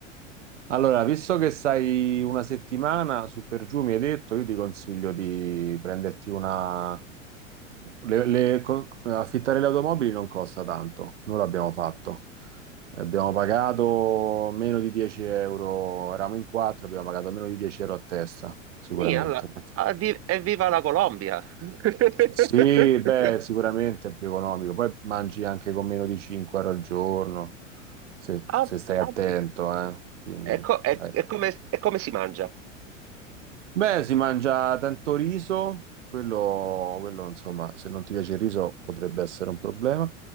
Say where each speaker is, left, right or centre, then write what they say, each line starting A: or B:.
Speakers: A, on the right; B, on the right.
A: Allora, visto che stai una settimana su per giù, mi hai detto, io ti consiglio di prenderti una, Le- le- co- affittare le automobili non costa tanto, noi l'abbiamo fatto. Abbiamo pagato meno di 10 euro, eravamo in quattro, abbiamo pagato meno di 10 euro a testa, sicuramente.
B: Sì, alla- addi- evviva la Colombia! <laughs>
A: Sì, beh, sicuramente è più economico. Poi mangi anche con meno di 5 euro al giorno, se,
B: Ah,
A: se stai attento,
B: addi-
A: eh. Quindi,
B: è, co- è-
A: dai.
B: è come, è come si mangia?
A: Beh, si mangia tanto riso, quello, quello, insomma, se non ti piace il riso potrebbe essere un problema.